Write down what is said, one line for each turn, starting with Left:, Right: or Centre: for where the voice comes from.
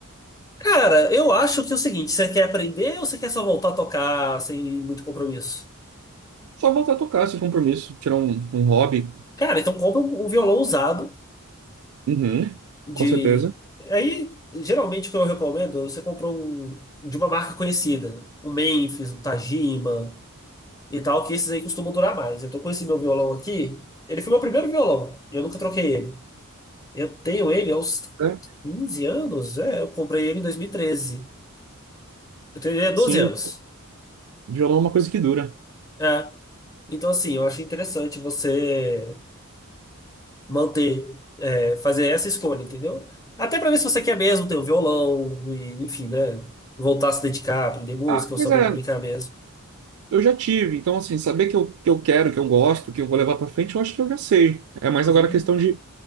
Left: Cara, eu acho que é o seguinte, você quer aprender ou você quer só voltar a tocar sem muito compromisso?
Right: Só voltar a tocar sem compromisso, tirar um, um hobby.
Left: Cara, então compra um, um violão usado
Right: Uhum,
Left: de...
Right: com certeza.
Left: Aí, geralmente o que eu recomendo, você compra um de uma marca conhecida. Um Memphis, um Tajima, e tal, que esses aí costumam durar mais. Eu tô com esse meu violão aqui. Ele foi meu primeiro violão. Eu nunca troquei ele. Eu tenho ele há uns
Right: É.
Left: 15 anos. É, eu comprei ele em 2013. Eu tenho ele há 12
Right: Sim,
Left: anos.
Right: violão é uma coisa que dura.
Left: É. Então, assim, eu acho interessante você manter, é, fazer essa escolha, entendeu? Até pra ver se você quer mesmo ter um violão, e, enfim, né? Voltar a se dedicar, aprender música
Right: Ah,
Left: ou
Right: pois
Left: saber
Right: é,
Left: fabricar mesmo.
Right: eu já tive. Então, assim, saber que eu, que eu quero, que eu gosto, que eu vou levar pra frente, eu acho que eu já sei. É mais
Left: Uhum.
Right: agora a questão de.